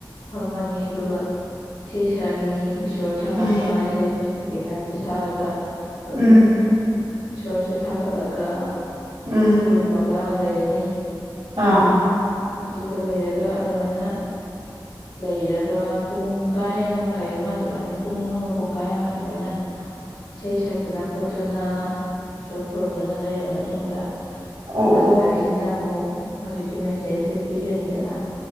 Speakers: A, on the left (about 85°); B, on the right (about 80°).
A: ꯐꯝꯃꯅꯤ ꯑꯗꯨꯒ ꯏꯁꯩ ꯁꯛꯑꯅꯤ ꯏꯁꯣꯔ ꯊꯥꯛꯒꯠꯄ
B: ꯎꯝ
A: ꯏꯁꯩ ꯀꯩꯀꯥꯁꯦ ꯁꯛꯑꯒ ꯑꯗꯨꯝ
B: ꯎꯝ
A: ꯏꯁꯣꯔꯁꯦ ꯊꯥꯒꯠꯂꯒ
B: ꯎꯝ
A: ꯈꯨꯔꯨꯝꯃꯒ ꯂꯩꯔꯅꯤ
B: ꯑꯥ
A: ꯑꯗꯨꯒ ꯂꯩꯔꯒ ꯑꯗꯨꯃꯥꯏꯅ ꯂꯩꯔꯕ ꯄꯨꯡ ꯨꯄꯨꯡꯒꯥꯢ ꯑꯃ ꯀꯩ ꯑꯃ ꯑꯗꯨꯃꯥꯏꯅ ꯄꯨꯡ ꯑꯃ ꯄꯨꯡ ꯀꯥꯏ ꯑꯃ ꯑꯗꯨꯃꯥꯏꯅ ꯏꯁꯩ ꯁꯛꯇꯅ ꯈꯣꯠꯇꯅ ꯏꯁꯣꯔ ꯈꯨꯔꯨꯝꯗꯨꯅ ꯂꯩꯔꯕ ꯃꯇꯨꯡꯗ
B: ꯑꯣ
A: ꯄꯥꯁꯇꯔꯁꯤꯅ
B: ꯑꯣ
A: ꯑꯃꯨꯛ ꯍꯧꯖꯤꯛꯀꯤ ꯃꯦꯁꯦꯖꯁꯦ ꯄꯤꯔꯅꯤꯗꯅ